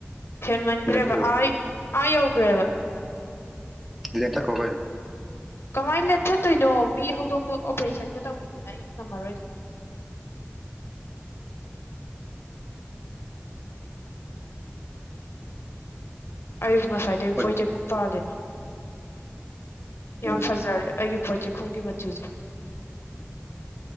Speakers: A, on the left; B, in the centre.
A: ꯍꯦꯟꯃꯟꯒ꯭ꯔꯦꯕ
B: ꯂꯦꯟꯕꯤꯈ꯭ꯔꯣ
A: ꯑꯥꯢ ꯑꯥ ꯌꯧꯒ꯭ꯔꯦꯕ꯫
B: ꯂꯦꯟꯊꯠꯈ꯭ꯔꯣ ꯀꯩꯅꯣ
A: ꯀꯃꯥꯏ ꯂꯦꯟꯊꯠꯇꯣꯏꯅꯣ ꯃꯤ ꯍꯧꯗꯣꯡꯗꯣ ꯑꯣꯄꯔꯦꯁꯟꯒ ꯇꯧꯕꯤꯗꯅ ꯑꯩ ꯉꯝꯃꯔꯣꯏꯗ ꯑꯩ ꯉꯁꯥꯏꯗꯩ
B: ꯍꯣꯏ
A: ꯕꯣꯏ ꯆꯦꯛ ꯄꯥꯂꯤꯅꯦ
B: ꯎꯝ
A: ꯌꯥꯝ ꯐꯖꯔꯦ ꯑꯩꯒꯤ ꯕꯣꯏ ꯆꯦꯈꯨꯝꯒꯤ ꯃꯆꯨꯖꯦ꯫